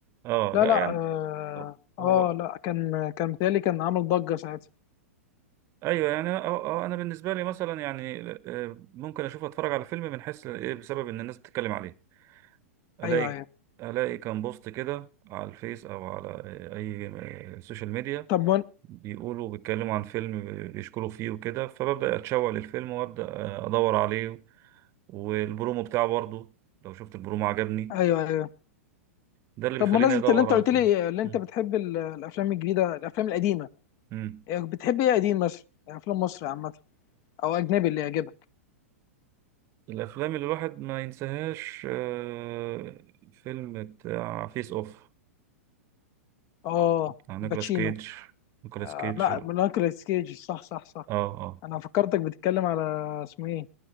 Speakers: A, on the right; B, on the left.
A: آه
B: لا
A: لا
B: لا
A: يعني
B: اه, آه
A: هو
B: لا كان كان بيتهيألي كان عامل ضجة ساعتها
A: أيوه يعني أنا- آه آه، أنا بالنسبة لي مثلا يعني آه، ممكن أشوف أتفرج على فيلم من حيث إيه بسبب إن الناس بتتكلم عليه ألاقي
B: ايوه ايوه
A: ألاقي كان بوست كده على الفيس أو على آه، أي آه، سوشيال ميديا
B: طب ون...
A: بيقولوا بيتكلموا عن فيلم بيشكروا فيه وكده فببدأ أتشوق للفيلم وأبدأ أدور عليه والبرومو بتاعه برضه لو شفت البرومو عجبني
B: ايوه ايوه
A: ده اللي
B: طب
A: بيخليني
B: مناسبة
A: أدور
B: اللي انت
A: على
B: قلت
A: الفيلم
B: لي اللي انت
A: مم.
B: بتحب ال- الافلام الجديدة الافلام القديمة
A: مم.
B: إيه، بتحب ايه قديم مثلا يعني افلام مصر عامة او اجنبي اللي يعجبك
A: الأفلام اللي الواحد ما ينساهاش آه، فيلم بتاع فيس أوف
B: اه
A: بتاع نيكولاس
B: الباتشينو
A: كيج نيكولاس
B: آه
A: كيج
B: لا
A: اه
B: نيكولاس كيج صح صح صح
A: اه
B: انا فكرتك بتتكلم على اسمه ايه